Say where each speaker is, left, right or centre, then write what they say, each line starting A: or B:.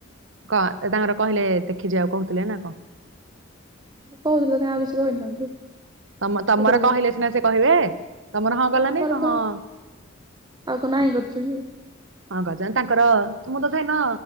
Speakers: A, on the right; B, on the right.
A: କ ତାଙ୍କର କହିଲେ ଦେଖି ଯିବା କହୁଥିଲେ ନା କଣ?
B: କହୁଥିଲ ତ ଆଉ କିଛି କହିନାହାନ୍ତି।
A: ତମ ତମର
B: ସେଥିରେ
A: କହିଲେ ସିନା ସେ କହିବେ। ତମର ହଁ କଲନି
B: ଆମର
A: କ
B: କଣ
A: ହଁ
B: ଆଉ କଣ ନାହିଁ କରିଚୁ କି।
A: ହଁ ଗଜନ ତାଙ୍କର ମୁଁ ତଥାପି ହେଦିନ